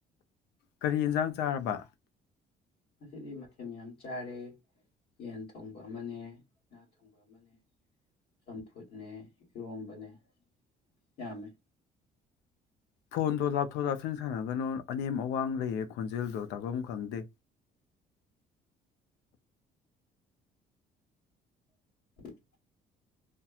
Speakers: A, on the left; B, on the left.
A: ꯀꯔꯤ ꯑꯦꯟꯖꯥꯡ ꯆꯥꯔꯕ
B: ꯉꯁꯤꯗꯤ ꯃꯊꯦꯝ ꯃꯌꯥꯝ ꯆꯥꯔꯦ ꯌꯦꯟ ꯊꯣꯡꯕ ꯑꯃꯅꯦ ꯉꯥ ꯊꯣꯡꯕ ꯑꯃꯅꯦ ꯆꯝꯐꯨꯠꯅꯦ ꯏꯔꯣꯝꯕꯅꯦ ꯌꯥꯝꯃꯦ
A: ꯐꯣꯟꯗꯣ ꯂꯥꯞꯊꯣꯛ ꯂꯥꯞꯁꯤꯟ ꯁꯥꯟꯅꯒꯅꯣ ꯑꯅꯦꯝ ꯑꯋꯥꯡ ꯂꯩꯌꯦ ꯈꯣꯟꯖꯦꯜꯗꯣ ꯇꯥꯕꯝ ꯈꯪꯗꯦ
B: <unintelligible>